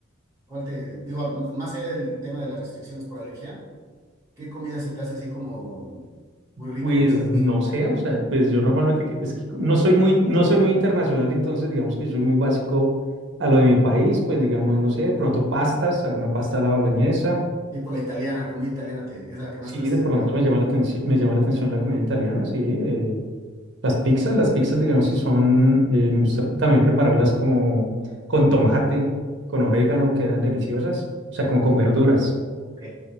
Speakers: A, on the right; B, on the right.
A: ¿Cuál te, digo, m- más allá del tema de las restricciones por alergia, ¿qué comida se te hace así como muy rica,
B: Pues
A: muy sabrosa?
B: no sé, o sea, pues yo normalmente, que- es que no soy muy, no soy muy internacional, entonces digamos que soy muy básico a lo de mi país, pues digamos,
A: Ya.
B: no sé, de pronto pastas, alguna pasta a la boloñesa,
A: Tipo la italiana, la comida italiana te, es la que más
B: Sí,
A: te has
B: de
A: acercado.
B: pronto me llama la atención, me llama la atención la comida italiana, sí. eh, las pizzas, las pizzas, digamos, si son, eh, me gusta también prepararlas como con tomate, con orégano, quedan deliciosas, o sea, como con verduras.
A: Ok.